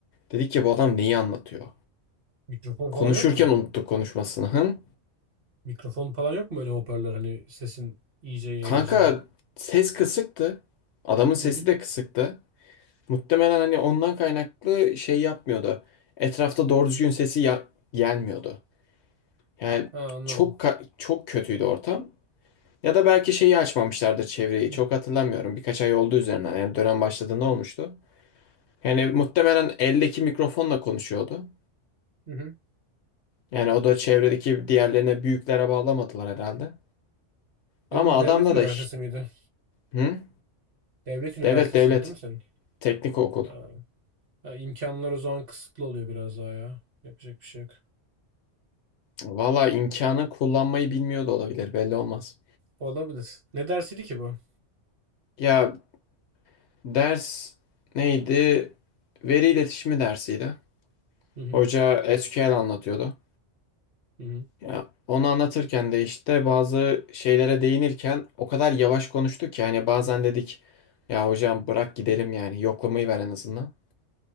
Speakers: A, on the left; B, on the right.
A: Dedik ki bu adam neyi anlatıyor?
B: mikrofon
A: Konuşurken
B: falan yok mu?
A: unuttuk konuşmasını. Hı?
B: Mikrofon falan yok mu öyle hoparlör hani sesin iyice yayılacağı?
A: Kanka ses kısıktı. Adamın sesi
B: Hı hı.
A: de kısıktı. Muhtemelen hani ondan kaynaklı şey yapmıyordu. Etrafta doğru düzgün sesi ya- gelmiyordu. Yani
B: Ha anladım.
A: çok ka- çok kötüydü ortam. Ya da belki şeyi açmamışlardır çevreyi.
B: Hı
A: Çok hatırlamıyorum. Birkaç ay oldu üzerinden. Yani dönem başladığında olmuştu. Yani muhtemelen eldeki mikrofonla konuşuyordu.
B: hı. hı.
A: Yani o da çevredeki diğerlerine büyüklere bağlamadılar herhalde. Ama
B: Senin
A: adamda
B: devlet üniversitesi
A: da...
B: miydi?
A: Hı?
B: Devlet üniversitesiydi
A: Devlet devlet.
B: değil mi senin?
A: Teknik okul.
B: Ha. Ha, imkanlar o zaman kısıtlı oluyor biraz daha ya. Yapacak bir şey yok.
A: Valla imkanı kullanmayı bilmiyor da olabilir belli olmaz.
B: Olabilir. Ne dersiydi ki bu?
A: Ya ders neydi? Veri iletişimi dersiydi.
B: Hı hı.
A: Hoca SQL anlatıyordu.
B: Hı hı.
A: Ya onu anlatırken de işte bazı şeylere değinirken o kadar yavaş konuştuk ki hani bazen dedik ya hocam bırak gidelim yani yoklamayı ver en azından.